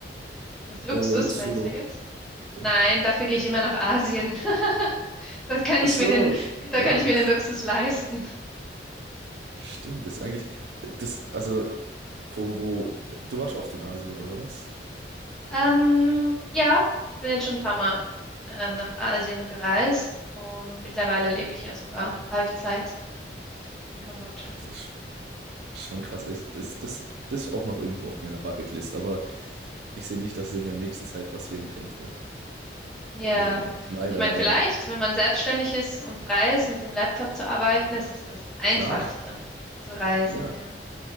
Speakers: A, in the centre; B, on the right (about 65°).
A: Was Luxusmäßiges?
B: äh, Luxusurlaub? Ja.
A: Nein, dafür gehe ich immer nach Asien. <laughs> Dort kann
B: Ach
A: ich
B: so,
A: mir den, da
B: klar.
A: kann ich mir den Luxus leisten.
B: Stimmt, das ist eigentlich, das, also, wo, wo, du warst oft in Asien, oder was?
A: Ähm, ja, ich bin jetzt schon ein paar Mal ähm, nach Asien gereist und mittlerweile lebe ich ja sogar Halbzeit in Kambodscha.
B: Das ist schon krass. Ich, das, das, das ist auch noch irgendwo auf meiner Bucketlist, aber ich sehe nicht, dass es in der nächsten Zeit passieren könnte.
A: Ja,
B: Also, leider,
A: ich meine,
B: leider.
A: vielleicht, wenn man selbstständig ist und frei ist, mit dem Laptop zu arbeiten, ist es das Einfachste
B: Klar.
A: zu reisen,
B: Ja,
A: ja.